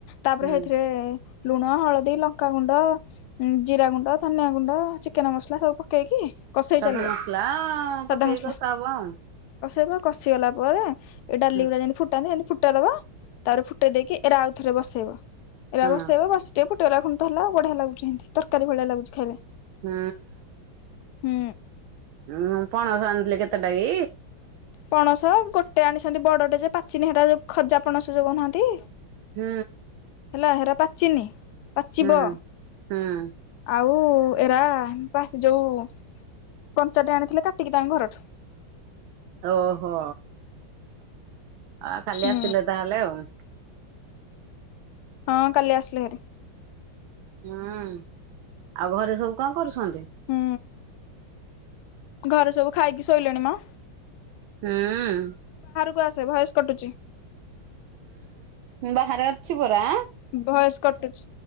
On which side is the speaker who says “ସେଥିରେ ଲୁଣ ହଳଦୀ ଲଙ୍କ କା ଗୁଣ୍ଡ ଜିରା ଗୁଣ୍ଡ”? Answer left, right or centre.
Left